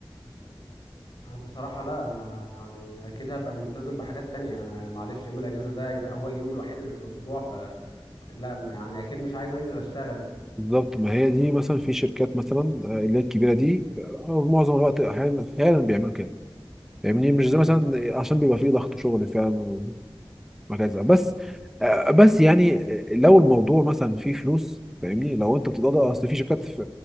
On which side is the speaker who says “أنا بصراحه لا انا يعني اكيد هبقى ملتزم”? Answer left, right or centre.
Left